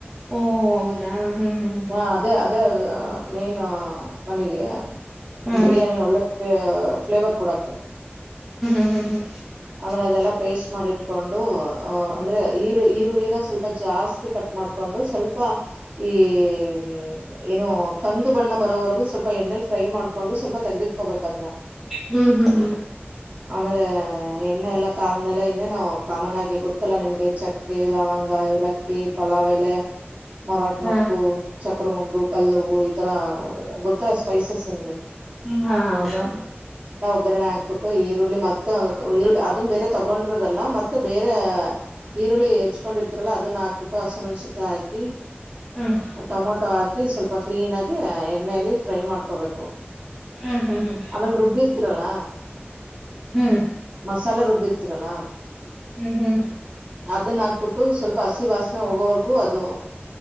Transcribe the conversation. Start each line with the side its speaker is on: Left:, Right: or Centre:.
Centre: ಓ ಹೌದಾ ಹ್ಮ್ ಹ್ಮ್
Right: ಹಾ ಅದೇ ಅದೇ <unintelligible> ಮೇನ್ <unintelligible> ನಮಗೆ.
Centre: ಹ್ಮ್
Right: ಬಿರಿಯಾನಿ ಒಳ್ಳೆ ಫ್ಲೇ ಫ್ಲೇವರ್ ಕೊಡಕ್ಕೆ.
Centre: ಹು ಹು <unintelligible>
Right: ಆಮೇಲೆ ಅದೆಲ್ಲ ಪೇಸ್ಟ್ ಮಾಡಿಟ್ಕೊಂಡು ಅ ಅಂದ್ರೆ ಈರು ಈರುಳ್ಳಿನ ಸ್ವಲ್ಪ ಜಾಸ್ ತಿ ಕಟ್ ಮಾಡ್ಕೊಂಡು ಸ್ವಲ್ಪ ಈ <unintelligible> ಏನು ಕಂದು ಬಣ್ಣ ಬರೋವರೆಗು ಸ್ವ ಸ್ವಲ್ಪ ಎಣ್ಣೆಲಿ <unintelligible> ಫೈ ಮಾಡ್ಕೊಂಡು ಸ್ವಲ್ಪ ತಗ್ದಿಕೋಬೇಕು ಅದನ್ನ.
Centre: ಹ್ಮ್ ಹ್ಮ್ ಹ್ಮ್
Right: ಆಮೇಲೆ ಎಣ್ಣೆ ಎಲ್ಲ ಕಾದ್ ಆದ್ಮೇಲೆ ಇನ್ನೇನು ಕಾಮನ್ ಆಗಿ ಗೊತ್ತಲ್ಲಾ ನಿಮ್ಗೆ ಚಕ್ ಕ್ಕೆ ಲವಂಗ ಏಲಕ್ಕಿ ಪಲಾವೆಲೆ ಮರಾಟ್
Centre: ಹಾ
Right: ಮಗ್ಗು ಚಕ್ರಮಗ್ಗು ಕಲ್ಲವು ಈತರ ಗೊತ್ತಲ್ಲ ಸ್ಪೈಸಸ್ ನಿಮಗೆ.
Centre: ಹ್ಮ್ ಹಾ ಹೌದೌದು.
Right: ಒಗರಣೆ ಹಾಕ್ಬಿಟ್ಟು ಈರುಳ್ಳಿ ಮತ್ತೆ <unintelligible> ಈರುಳ್ಳಿ ಅದು ಬೇರೆ ತಗೊಂಡಿರೋದಲ್ಲ ಮತ್ತೆ ಬೇರೆ ಈರುಳ್ಳಿ ಹೆಚ್ಕೊಂಡಿರ್ತಾರಲ್ಲ ಅದನ್ನ ಹಾಕ್ಬಿಟ್ಟು ಹಸಿಮೆಣ್ಸಿಕ್ ಹಾಕಿ
Centre: ಹ್ಮ್
Right: ಟೊಮೊಟೊ ಹಾಕಿ ಸ್ವಲ್ಪ ಕ್ಲೀನ್ ಆಗಿ ಎಣ್ಣೆಯಲ್ಲಿ ಫ್ರೈ ಮಾಡ್ಕೋಬೇಕು.
Centre: ಹ್ಮ್ ಹ್ಮ್ ಹ್ಮ್ ಹ್ಮ್
Right: ಆಮೇಲ್ ರುಬ್ಬಿ ಇರ್ತೀರಲ್ಲ
Centre: ಹ್ಮ್
Right: ಮಸಾಲ ರುಬ್ಬಿರ್ತರಲ್ಲಾ
Centre: ಹ್ಮ ಹ <unintelligible>
Right: ಅದನ್ನ ಹಾಕ್ಬಿಟ್ಟು ಸ್ವಲ್ಪ ಹಸಿ ವಾಸನೆ ಹೋಗೋವರ್ಗೂ ಅದು